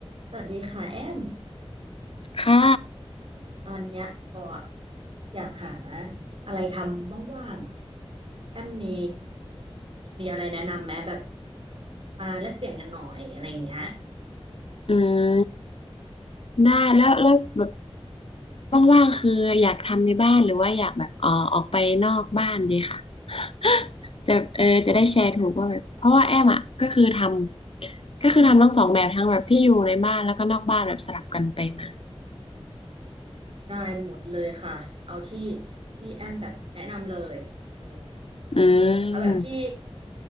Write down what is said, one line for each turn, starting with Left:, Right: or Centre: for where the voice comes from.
Right: สวัสดีค่ะแอม
Left: ค่ะ
Right: ตอนเนี้ยปออยากหาอะไรทำว่างๆอะแอมมีมีอะไรแนะนำไหมแบบมาแลกเปลี่ยนกันหน่อยอะไรเงี้ย
Left: อืมได้แล้วแล้วแบบว่างๆคือ อยากทำในบ้านหรือว่าอยากแบบเออออกไปนอกบ้านดีค่ะ <laughs> จะเออจะได้แชร์ถูกว่าแบบเพราะว่าแอมอ่ะก็คือทำ ก็คือทำทั้งสองแบบทั้งแบบที่อยู่ในบ้านแล้วก็นอกบ้านแบบสลับกันไปมา
Right: อืมได้หมดเลยค่ะเอาที่ที่แอมแบบแนะนำเลยเออ
Left: อื
Right: เอาแบบที่
Left: ม